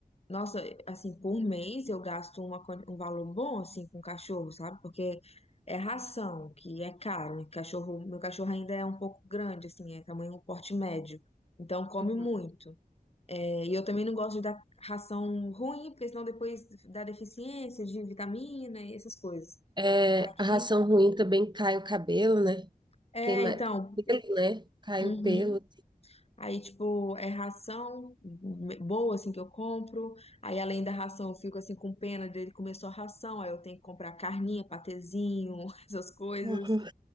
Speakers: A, on the left (about 40°); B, on the right (about 30°).
A: Nossa, assim, por um mês eu gasto uma, quan- um valor bom, assim, com cachorro, sabe? Porque é ração, que é caro. E cachorro, meu cachorro ainda é um pouco grande, assim, é tamanho porte médio. Então come
B: Uhum.
A: muito. É, E eu também não gosto de dar ração ruim, porque senão depois dá deficiência de vitamina e essas coisas.
B: É, a ração
A: E-
B: ruim também cai o cabelo, né?
A: é,
B: Tem mais
A: então,
B: pelo, né? Cai
A: uhum.
B: o pelo.
A: Aí, tipo, é ração me- boa, assim, que eu compro. Aí, além da ração, eu fico, assim, com pena dele comer só ração. Aí, eu tenho que comprar carninha, patezinho, <laughs> essas coisas.
B: Uhum.